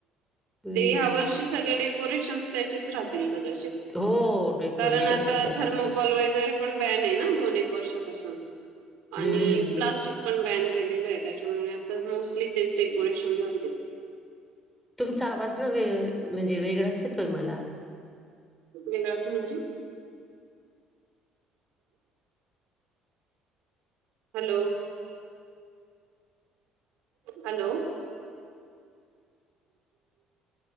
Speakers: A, in the centre; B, on the right.
A: हम्म
B: ते ह्या वर्षी सगळेडे डेोरेशनस त्याचेच राहतील कदाचित
A: हो डेकोरेशन
B: कारण आता
A: पण त्याच
B: थर्मोकॉल
A: अच्छा
B: वगैरे पण बॅन आहे ना दोन एक वर्षापासून आणि
A: हम्म.
B: प्लास्टिक पण बॅन केलेलं आहे त्याच्यामुळे आ मोस्टली तेच डेकोरेशन राह
A: तुमचा आवाज ना वे म्हणजे वेगळाच येतोय मला
B: वेगळं असं म्हणजे हॅलो हॅलो